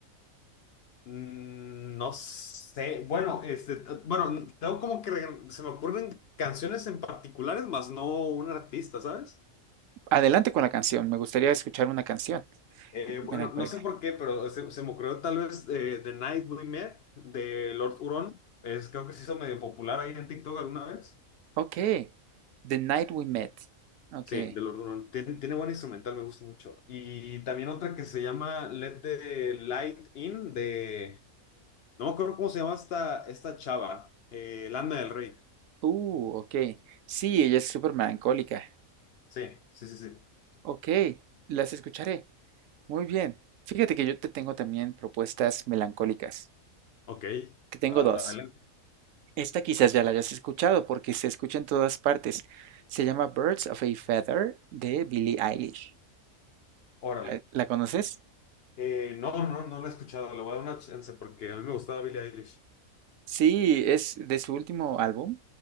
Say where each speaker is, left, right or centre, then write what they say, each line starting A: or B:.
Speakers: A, on the left; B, on the right.
A: mm, no sé. Bueno, este, t- bueno, tengo como que re- se me ocurren canciones en particulares, más no un artista, ¿sabes?
B: Adelante con la canción. Me gustaría escuchar una canción
A: Eh,
B: eh,
A: bueno,
B: melancólica.
A: no sé por qué, pero se, se me ocurrió tal vez eh, The Night We Met de Lord Huron. Es, creo que se hizo medio popular ahí en TikTok alguna vez.
B: Ok. The Night We Met. Ok.
A: Sí, de los Run. Tien- Tiene, buen instrumental, me gusta mucho. Y también otra que se llama Let the Light In de... No me acuerdo cómo se llama esta, esta chava. Eh, Lana del Rey.
B: Uh, ok. Sí, ella es súper melancólica.
A: Sí, sí, sí, sí.
B: Ok, las escucharé. Muy bien. Fíjate que yo te tengo también propuestas melancólicas.
A: Ok.
B: Te tengo
A: Ah,
B: dos.
A: Adelante.
B: Esta quizás ya la hayas escuchado porque se escucha en todas partes. Se llama Birds of a Feather de Billie Eilish.
A: Órale.
B: Eh, ¿La conoces?
A: Eh, no, no, no la he escuchado. Le voy a dar una chance porque a mí me gustaba Billie Eilish.
B: Sí, es de su último álbum